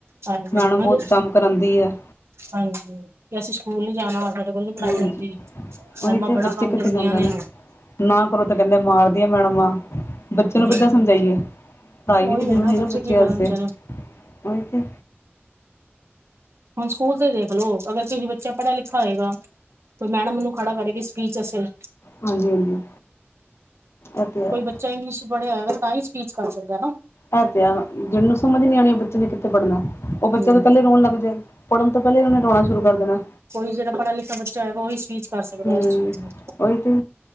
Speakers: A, on the right; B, on the left.
A: ਹਾਂਜੀ
B: ਮੈਡਮ
A: ਹੁਣ
B: ਬਹੁਤ ਕੰਮ ਕਰਾਉਂਦੀ ਹੈ
A: ਹਾਂਜੀ, ਅਸੀਂ ਸਕੂਲ ਨੀ ਜਾਣਾ ਔਦਰ ਸਾਡੇ ਕੋਲ ਨੀ ਪੜਾਈ
B: ਹਾਂਜੀ
A: ਹੁੰਦੀ,
B: ਉਹੀ
A: ਮੈਡਮਾਂ
B: ਤੇ
A: ਬੜਾ
B: ਬੱਚੇ
A: ਕੰਮ
B: ਕਿੱਥੇ
A: ਦਿੰਦੀਆਂ
B: ਜਾਂਦੇ
A: ਨੇ
B: ਨਾ ਕਰੋ, ਤੇ ਕਹੰਦੇ ਮਾਰਦਿਆਂ ਮੈਡਮਾ ਬੱਚੇ ਨੂੰ ਕਿੱਦਾਂ
A: ਹਾਂਜੀ
B: ਸਮਝਾਈਏ, ਪੜ੍ਹਾਈ
A: ਉਹੀ
B: ਵੀ ਤੇ ਜ਼ਰੂਰੀ
A: ਹੈ
B: ਨਾ,
A: ਬੱਚੇ
B: ਬੱਚਿਆਂ
A: ਕੀ ਕਰਨ
B: ਵਾਸਤੇ
A: ਵਿਚਾਰੇ
B: ਉਈ ਤੇ
A: ਹੁਣ ਸਕੂਲ ਤੇ ਦੇਖ ਲੋ, ਅਗਰ ਤੁਸੀਂ ਬੱਚਾ ਪੜ੍ਹਾ ਲਿਖਾ ਹੋਏਗਾ ਫੇਰ ਮੈਡਮ ਓਨੂੰ ਖੜਾ ਕਰੇਗੀ, ਸਪੀਚ ਵਾਸਤੇ
B: ਹਾਂਜੀ ਹਾਂਜੀ
A: ਤੇ
B: ਇਹ ਹੈ
A: ਕੋਈ ਬੱਚਾ ਇੰਗਲਿਸ਼ ਪੜ੍ਹਿਆ ਹੋਏਗਾ, ਤਾਂ ਹੀ ਸਪੀਚ ਕਰ ਸਕਦਾ ਨਾ
B: ਐ ਤੇ ਹੈ, ਜਿਨੂੰ ਸਮਝ ਨੀ ਆਣੀ, ਔ ਬੱਚੇ ਨੇ ਕਿੱਥੇ ਪੜ੍ਹਨਾ ਉ ਬੱਚਾ
A: ਹਮ
B: ਤੋਂ ਪਹਿਲੇ ਰੋਣ ਲੱਗ ਜਾਏ, ਪੜ੍ਹਨ ਤੋਂ ਪਹਿਲੇ ਔਨੇ ਰੋਣਾ ਸ਼ੁਰੂ ਕਰ ਦੇਣਾ
A: ਅੋਈ ਜੇੜ੍ਹਾ ਪੜੀਆ ਲਿਖਆ ਬੱਚਾ ਹੋਏਗਾ, ਉਹੀ ਸਪੀਚ ਕਰ ਸਕਦਾ
B: ਹੂੰ
A: ਇਸ ਚੀਜ਼ ਨੂੰ
B: ਅੋਈ ਤੇ,